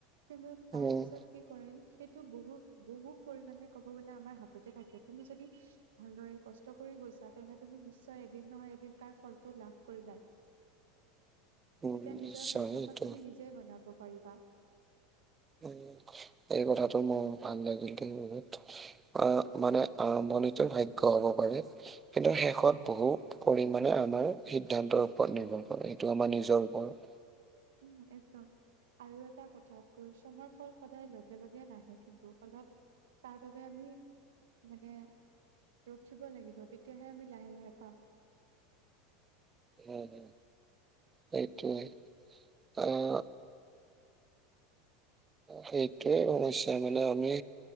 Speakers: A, on the right; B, on the right.
A: সেইবোৰত তাৰ
B: উম,
A: পিছত কি কৰিম। সেইটো বহুত বহুত পৰিমণে ক'ব গলে আমাৰ হাততে থাকে তুমি যদি- ভালদৰে কষ্ট কৰি গৈছা- তেনে তুমি নিশ্চয় এদিন নহয় এদিন তাৰ ফলটো লাভ কৰিবাই। তেতিয়া
B: উম,
A: নিজৰ
B: নিশ্চয়
A: ভাগ্যখন
B: সেইটো
A: তুমি নিজে বনাব পাৰিবা।
B: উ এই কথাটো মোৰ ভাল লাগিল মনত- আহ মানে আৰম্ভণিতৰ ভাগ্য হব পাৰে। কিন্তু শেষত বহু পৰিমাণে আমাৰ সিদ্ধান্তৰ ওপৰত নিৰ্ভৰ কৰে সেইটো আমাৰ নিজৰ ওপৰত-
A: উম একদম- আৰু এটা কথা, পৰিশ্ৰমৰ ফল, সদায় লগে- লগে নাহে কিন্তু। অলপ, তাৰ বাবে, আমি মানে, ৰখিব লাগিব। তেতিয়াহে, আমি লাহে লাহে পাম।
B: উম! সেইটোৱে, অ'! সেইটোৱে সমস্যা। মানে, আমি